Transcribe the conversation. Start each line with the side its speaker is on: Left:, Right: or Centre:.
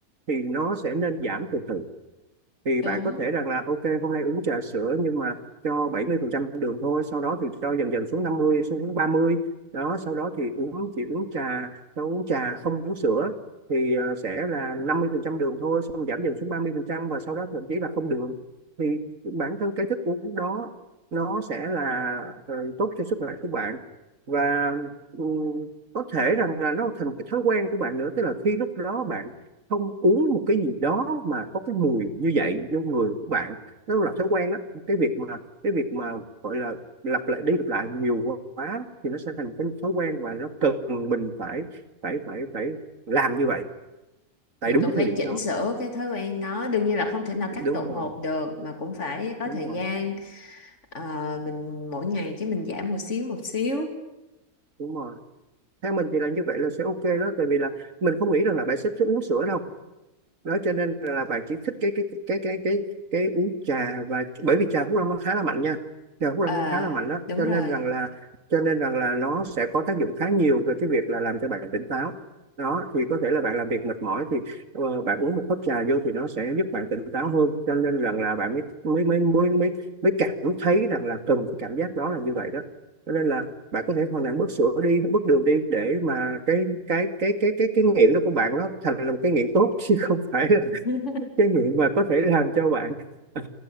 Right: thì nó sẽ nên giảm từ từ thì
Left: đúng
Right: bạn có thể rằng là ok hôm nay uống trà sữa nhưng mà cho 70% đường thôi sau đó thì cho dần dần xuống 50 xuống 30 đó sau đó thì uống chỉ uống trà sau uống trà không uống sữa thì ờ, sẽ là 50% đường thôi xong giảm dần xuống 30% và sau đó thậm chí là không đường thì bản thân cái thức uống đó nó sẽ là ờ, tốt cho sức khỏe của bạn và ừ, có thể rằng là nó thành cái thói quen của bạn nữa tức là khi lúc đó bạn không uống một cái gì đó mà có cái mùi như vậy vô người của bạn nó là thói quen đó cái việc mà cái việc mà gọi là lặp lại đi lặp lại nhiều quá thì nó sẽ thành một cái thói quen và nó cần mình phải phải phải phải làm như vậy tại
Left: mình
Right: đúng
Left: cần
Right: cái
Left: phải
Right: thời điểm
Left: chỉnh
Right: đó
Left: sửa cái thói quen nó đương nhiên là không thể nào
Right: đúng
Left: cắt đột
Right: rồi
Left: ngột được mà cũng phải có
Right: đúng
Left: thời
Right: rồi
Left: gian Ờ, mình mỗi ngày cái mình giảm một xíu một xíu
Right: đúng rồi theo mình thì là như vậy là sẽ ok đó tại vì là mình không nghĩ rằng là bạn sẽ uống sữa đâu đó cho nên là bạn chỉ thích cái cái cái cái cái cái uống trà và bởi vì trà Phúc Long nó khá là mạnh nha trà Phúc
Left: ờ
Right: Long nó khá là mạnh đó
Left: đúng
Right: cho
Left: rồi
Right: nên rằng là cho nên rằng là nó sẽ có tác dụng khá nhiều về cái việc là làm cho bạn tỉnh táo đó thì có thể là bạn làm việc mệt mỏi thì ờ, bạn uống một hớp trà vô thì nó sẽ giúp bạn tỉnh táo hơn cho nên rằng là bạn mới mới mới mới mới mới cảm thấy rằng là cần cái cảm giác đó là như vậy đó cho nên là bạn có thể hoàn toàn bước sữa đi bước đường đi để mà cái cái cái cái cái cái nghiện đó của bạn nó thành là một cái nghiện tốt <laughs> chứ không phải là
Left: <laughs>
Right: <laughs> cái nghiện mà có thể làm cho bạn <laughs>